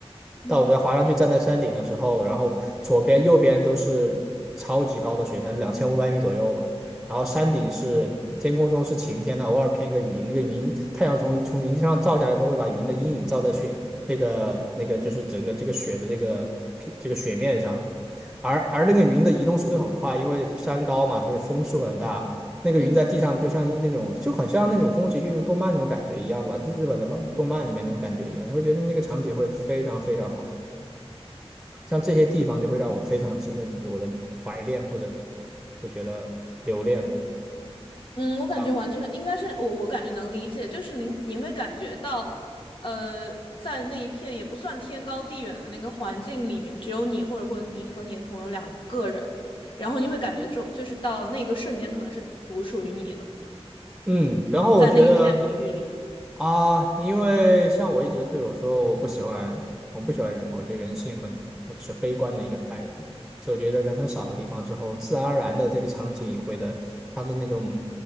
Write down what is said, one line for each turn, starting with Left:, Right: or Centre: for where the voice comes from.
Left: 嗯
Centre: 到我家滑上去站在山顶的时候，然后左边右边都是超级高的雪山，两千五百米左右嘛。然后山顶是天空中是晴天的，偶尔偏一个云，那个云太阳从从云上照下来的时候，会把云的阴影照在雪那个那个就是整个这个雪的这个平这个雪面上。而而那个云的移动速度很快，因为山高嘛，所以风速很大。那个云在地上，
Left: 嗯
Centre: 就像那种就很像那种宫崎骏的动漫那种感觉一样吧，就是日本的漫动漫里面那种感觉一样，你会觉得那个场景会非常非常好，像这些地方就会让我非常值得我的怀恋或者就觉得留恋吧。
Left: 嗯，我感觉完全应该是我，
Centre: 啊，
Left: 我感觉能理解，就是你你会感觉到，呃，在那一片也不算天高地远的那个环境里面，只有你或者或你和你的朋友两个人，然后你会感觉就就是到那个瞬间可能是独属于你的，
Centre: 嗯，然后我觉得
Left: 在那一片领域里。
Centre: 啊，因为像我一直对我说，我不喜欢，我不喜欢人嘛，我觉得人性很我是悲观的一个态度，所以我觉得人很少的地方之后，自然而然的这个场景也会的，它的那种